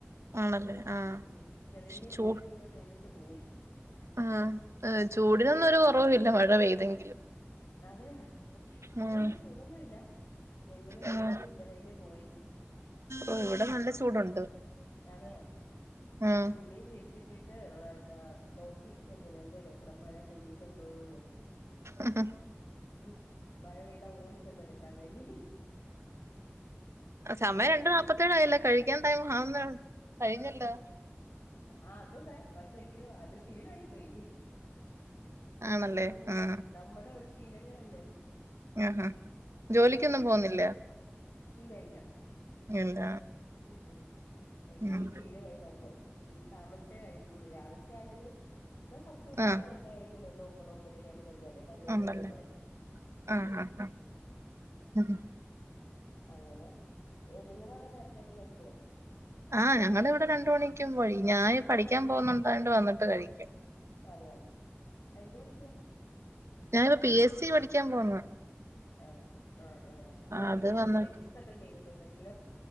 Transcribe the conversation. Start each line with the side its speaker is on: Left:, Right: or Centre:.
Right: ആണല്ലേ ആഹ്
Left: ഉം ചെറിയ
Right: പക്ഷെ
Left: രീതിയിൽ
Right: ചൂ
Left: ഒന്ന് പെയ്തിട്ട് പോയി
Right: ആഹ് ഹ് ചൂടിനൊന്നും ഒരു കുറവുവില്ല മഴ പെയ്തെങ്കിലും.
Left: അതെ ഇവിടെ
Right: ഉം
Left: എങ്കി ചൂടൊന്നുംല്ല എങ്കിലും
Right: ഉം
Left: വെയിൽ ഇല്ല വെയില് പോയി.
Right: ഓ ഇവിടെ നല്ല ചൂടുണ്ട്
Left: അതെയൊ
Right: ഉം
Left: തുണിയും വിരിച്ചിട്ട് ട്ട് മ് എന്താ നോക്കിയിരിക്ക്യാ ജനലിന്റെ ഇടെക്കൂടെ മഴ പെയ്യുന്നുണ്ടോന്ന് നോക്കി
Right: ആഹ്
Left: മ് മഴ പെയ്താ ഓടിച്ചെന്നെടുക്കാൻ വേണ്ടി ഹി ഹി
Right: ആ സമയം
Left: പോവൂലേ
Right: രണ്ടേ നാല്പ്പത്തേഴായല്ലോ കഴിക്ക് ഴിക്കാൻ ടൈം ആവ്ന്ന് കഴിഞ്ഞല്ലോ
Left: ആ അത് ദേ പക്ഷെ എങ്കിലും അത് ശീലായിപോയി.
Right: ആണല്ലേ
Left: ഞങ്ങ്
Right: ആഹ്
Left: നമ്മുടെ ഒരു ശീലങ്ങളല്ലേ
Right: ആഹാ
Left: ഉം
Right: ജോലിക്കൊന്നും
Left: അങ്ങനെ ശീലം
Right: പോവുന്നില്ല
Left: വൈകും ഇല്ല ഇല്ല
Right: ഇല്ല
Left: ഉം ഉം എങ്കിലും
Right: ഉം
Left: ഒരു ശീലമായി നമ്മൾ ഉ താമസിച്ചേ കഴിക്കുള്ളൂ രാവിലത്തെ ആണേലും. ഇപ്പൊ കുറച്ച് ദിവസം ആയിട്ട്
Right: ആഹ്
Left: നേരത്തെ കഴിക്കുന്നുണ്ട് ഒമ്പത് ഒമ്പതരയാകുമ്പോ കഴിക്കാനെ. പതിനൊന്ന്
Right: ഉണ്ടല്ലേ
Left: മണിയാവണായിരുന്ന്
Right: ആഹ് ആഹ് ആഹ്
Left: അങ്ങനെ നിങ്ങടെ അവിടെ നേരത്തൊക്കെ കഴിക്കോ?
Right: ആ ഞങ്ങടെ ഇവിടെ രണ്ട് മണിക്കുമുമ്പ് കഴിക്കും ഞാൻ പഠിക്കാൻ പോകുന്നുണ്ടായണ്ട് വന്നിട്ട് കഴിക്കും.
Left: അതെയോ എന്ത് പഠിക്കുവാ?
Right: ഞാനി പി എസ് സി പഠിക്കാൻ പോന്ന്
Left: ആഹ് ആഹ് ആഹ് ഞാൻ
Right: അത്
Left: പി എസ് സിക്ക്
Right: വന്നിട്ട്
Left: രജിസ്റ്റർ ഒക്കെ ചെയ്തിട്ടുണ്ടെങ്കിലും